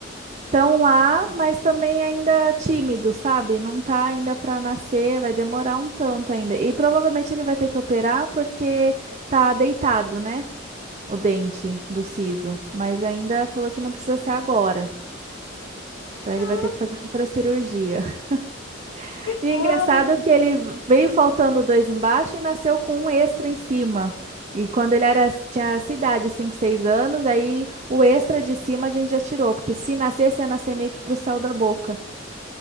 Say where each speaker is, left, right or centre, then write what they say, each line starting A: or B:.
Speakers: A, on the right (about 35°); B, on the left (about 70°).
A: Estão lá, mas também ainda tímido, sabe? Não tá ainda para nascer, vai demorar um tanto ainda. E provavelmente ele vai ter que operar porque tá deitado, né? O dente do siso. Mas ainda falou que não precisa ser agora. Então ele
B: Nossa,
A: vai ter que fazer outra cirurgia. <laughs>
B: que
A: E
B: coisa!
A: é engraçado que ele veio faltando dois embaixo e nasceu com um extra em cima. E quando ele era, tinha essa idade, 5, 6 anos, aí o extra de cima a gente já tirou, porque se nascesse, ia nascer meio que pro céu da boca.